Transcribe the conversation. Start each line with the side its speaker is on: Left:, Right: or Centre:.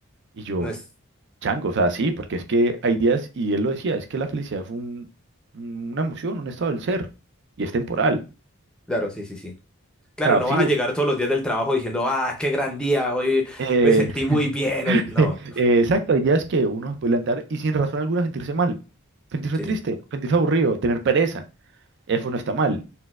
Right: Y yo,
Centre: No es,
Right: chango, o sea, sí, porque es que hay días, y él lo decía, es que la felicidad fue un- una emoción, un estado del ser, y es temporal.
Centre: Claro, sí, sí, sí. claro,
Right: O sea,
Centre: no
Right: sí,
Centre: vas a
Right: o-
Centre: llegar todos los días del trabajo diciendo, ah, qué gran día, hoy
Right: eh,
Centre: me sentí muy bien, hoy.
Right: <laughs>
Centre: No,
Right: eh, exacto, hay días que uno se puede levantar y sin razón alguna sentirse mal, sentirse
Centre: sí,
Right: triste, sentirse aburrido, tener pereza, eso no está mal.